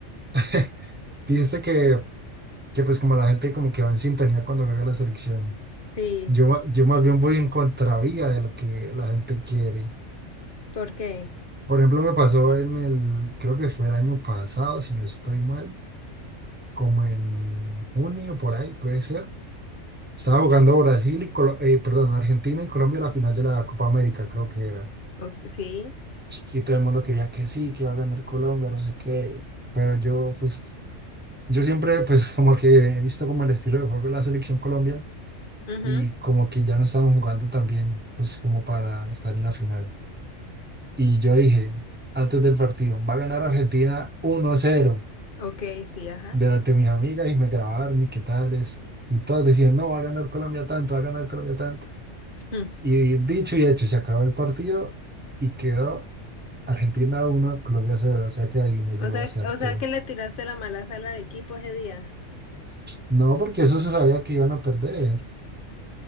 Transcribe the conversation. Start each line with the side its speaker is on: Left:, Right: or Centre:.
Right: <laughs> dijiste que, que pues como la gente como que va en sintonía cuando juega la selección.
Left: sí,
Right: Yo, ma- yo más bien voy en contravía de lo que la gente quiere.
Left: ¿por qué?
Right: Por ejemplo, me pasó en el, creo que fue el año pasado, si no estoy mal, como en junio por ahí, puede ser. Estaba jugando Brasil y, Colo- eh, perdón, Argentina y Colombia a la final de la Copa América, creo que era.
Left: O- sí,
Right: Y todo el mundo quería que sí, que iba a ganar Colombia, no sé qué. Pero yo, pues, yo siempre, pues, <laughs> como que he visto como el estilo de juego de la selección Colombia
Left: ujú,
Right: y como que ya no estaban jugando tan bien, pues, como para estar en la final. Y yo dije, antes del partido, va a ganar Argentina uno a cero.
Left: Ok, sí, ajá.
Right: delante
Left: <laughs>
Right: de mis amigas y me grabaron y qué tales. Y todas decían, no, va a ganar Colombia tanto, va a ganar Colombia tanto.
Left: Mm.
Right: Y dicho y hecho, se acabó el partido y quedó Argentina uno Colombia cero O sea que adiviné
Left: O
Right: yo
Left: sea,
Right: acerté.
Left: o sea que le tiraste la mala sala al equipo ese día.
Right: No, porque eso se sabía que iban a perder.